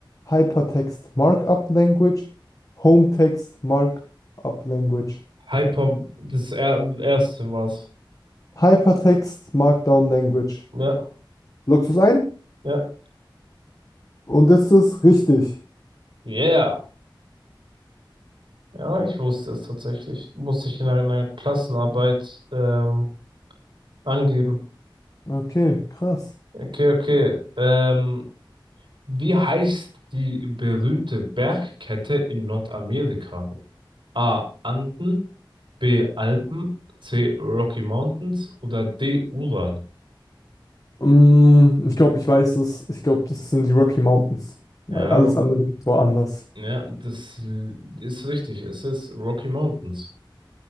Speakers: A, on the left (about 40°); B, on the right (about 70°).
A: Hypertext Markup Language, Home Text Markup Language,
B: Hyper, das er erste war's.
A: Hypertext Markdown Language.
B: Ja,
A: Loggst du es ein?
B: ja.
A: Und das ist richtig.
B: Yeah. Ja, ich wusste es tatsächlich. Muss ich in einer Klassenarbeit ähm, angeben.
A: Okay, krass.
B: Okay, okay. Ähm, wie heißt die berühmte Bergkette in Nordamerika? A. Anden, B. Alpen, C. Rocky Mountains oder D. Ural.
A: Mm, ich glaube, ich weiß es. Ich glaube, das sind die Rocky Mountains, weil
B: Ja,
A: alles
B: Ro
A: andere war anders.
B: ja, das l- ist richtig. Es ist Rocky Mountains.